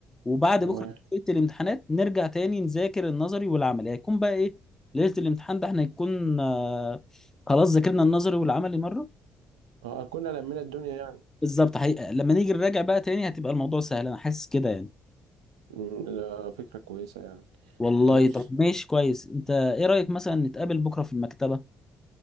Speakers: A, on the left; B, on the right.
A: وبعد
B: تمام
A: بكره ليله الامتحانات نرجع تاني نذاكر النظري والعملي هيكون بقى ايه ليله الامتحان ده احنا يكون آه خلاص ذاكرنا النظري والعملي مره
B: اه كنا لمينا الدنيا يعني
A: بالظبط حقيقة. لما نيجي نراجع بقى تاني هتبقى الموضوع سهل انا حاسس كده يعني
B: م، ده فكره كويسه يعني
A: والله
B: بص
A: طب ماشي كويس انت ايه رايك مثلا نتقابل بكره في المكتبه